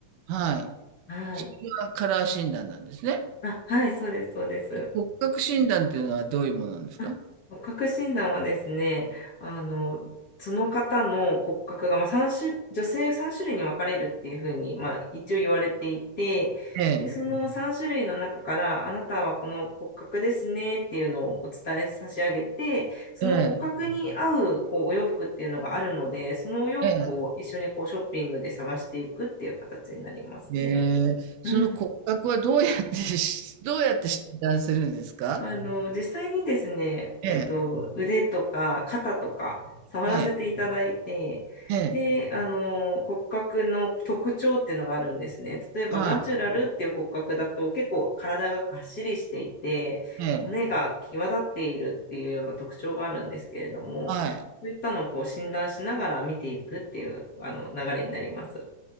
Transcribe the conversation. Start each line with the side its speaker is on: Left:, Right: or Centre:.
Right: はい。
Left: はい。
Right: それはカラー診断なんですね。
Left: あ、はい、そうです、そうです。
Right: え骨格診断っていうのはどういうものなんですか
Left: あ骨格診断はですね、あの、その方の骨格が、まあ、3種、女性3種類に分かれるっていうふうに、まあ、一応言われていて、
Right: ええ、
Left: で、その3種類の中から、あなたはこの骨格ですねっていうのをお伝え差し上げて、その骨格に合う、
Right: ええ、
Left: こう、お洋服っていうのがあるので、そのお洋服を一緒にこう、
Right: ええ。
Left: ショッピングで探していくっていう形になりますね。
Right: ええその骨格はどうやってし、
Left: うん。
Right: <laughs> どうやって診断するんですか
Left: あの、実際にですね、えっと、
Right: ええ、
Left: 腕とか肩とか触らせていただいて、
Right: はい。ええ、
Left: で、あの、骨格の特徴っていうのがあるんですね。例えば、
Right: は
Left: ナチュラルっていう骨格だと結構体ががっしりしていて、
Right: い。ええ、
Left: 骨が際立っているっていうような特徴があるんですけれども、
Right: はい。
Left: そういったのをこう診断しながら見ていくっていう、あの、流れになります。